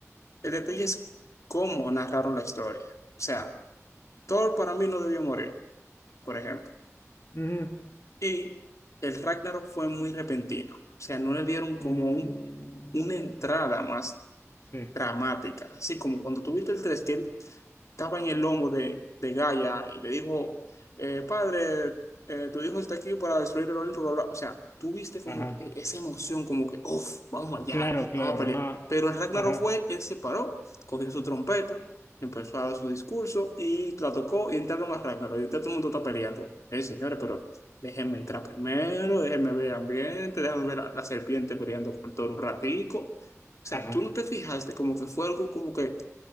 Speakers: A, on the left; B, on the left.
A: El detalle es cómo narraron la historia. O sea, Thor para mí no debió morir, por ejemplo.
B: Ujú.
A: Y el Ragnarok fue muy repentino. O sea, no le dieron como
B: Mm,
A: un, una entrada más
B: sí.
A: dramática, así como cuando tuviste el 3, que él estaba en el lomo de, de Gaia y le dijo, eh, padre, eh, tu hijo está aquí para destruir el Olimpo, bla, bla. O sea, tuviste como
B: Ajá.
A: e- esa emoción, como que, uff, vamos allá,
B: Claro, claro.
A: vamos a pelear.
B: No. no.
A: Pero el Ragnarok
B: Ajá.
A: fue, él se paró, cogió su trompeta, empezó a dar su discurso y la tocó y entraron a Ragnarok. Y ahorita todo el mundo está peleando. Eh, señores, pero déjenme entrar primero, déjenme ver el ambiente, déjenme ver a la serpiente peleando con todo un ratico. O sea,
B: Ajá.
A: tú no te fijaste, como que fue algo como que,